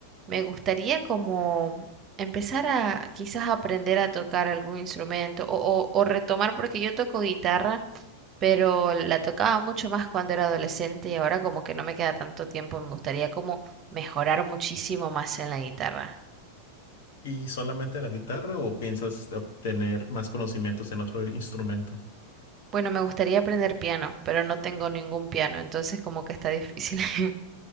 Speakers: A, on the right; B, on the left.
A: me gustaría como empezar a quizás aprender a tocar algún instrumento o, o o retomar, porque yo toco guitarra pero la tocaba mucho más cuando era adolescente y ahora como que no me queda tanto tiempo, me gustaría como mejorar muchísimo más en la guitarra.
B: ¿Y solamente la guitarra o piensas este, obtener más conocimientos en otro instrumento?
A: Bueno, me gustaría aprender piano, pero no tengo ningún piano, entonces como que está difícil. <laughs>